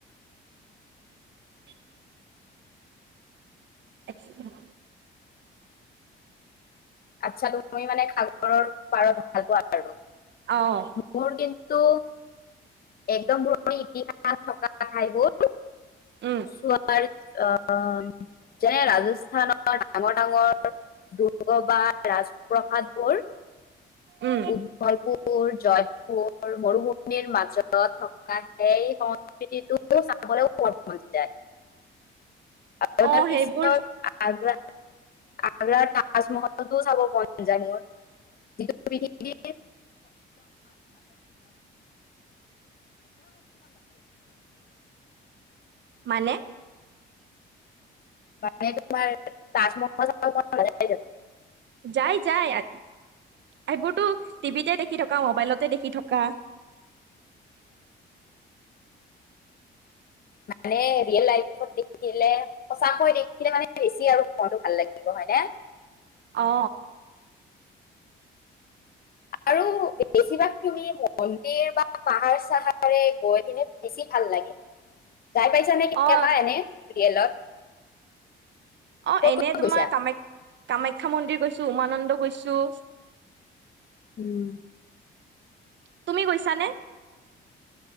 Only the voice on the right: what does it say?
<inaudible> <unintelligible>
অঁ
উম
উম
অঁ সেইবোৰ
মানে?
যাই যাই। আহবোৰতো টিভিতে দেখি থকা মোবাইলোতে দেখি থকা।
অ।
অ
অ
এনেই
তোমাৰ
কামাখ্য কামাখ্যা মন্দিৰ গৈছো, উমানন্দ গৈছো।
তুমি গৈছানে?